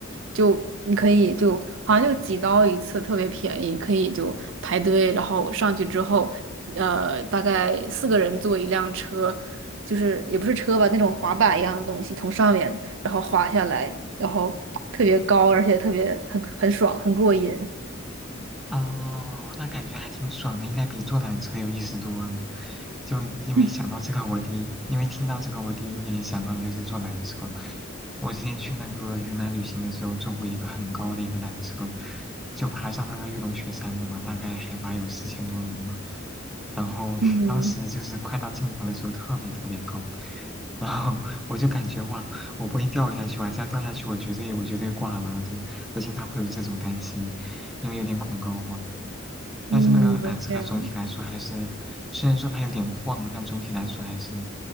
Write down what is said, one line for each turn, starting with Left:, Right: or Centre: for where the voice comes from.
Right: 就你可以就好像就几刀一次，特别便宜，可以就排队，然后上去之后，呃，大概四个人坐一辆车，就是也不是车吧，那种滑板一样的东西，从上面然后滑下来，然后特别高，而且特别很很爽，很过瘾。
Centre: 哦，那感觉还挺爽的，应该比坐缆车有意思多了。就因为想到这个，
Right: <laughs>
Centre: 我第一，因为听到这个，我第一点想到的就是坐缆车。我之前去那个云南旅行的时候，坐过一个很高的一个缆车，就爬上那个玉龙雪山的嘛，大概海拔有四千多米嘛。然后当时就是快到尽头的时候特别特别高，
Right: 嗯
Centre: 然后我就感觉哇，我不会掉下去吧？再掉下去我绝对我绝对挂了，就我经常会有这种担心，因为有点恐高嘛。但是那个缆车总体来说还是，
Right: 嗯，这样，
Centre: 虽然说它有点晃，但总体来说还是，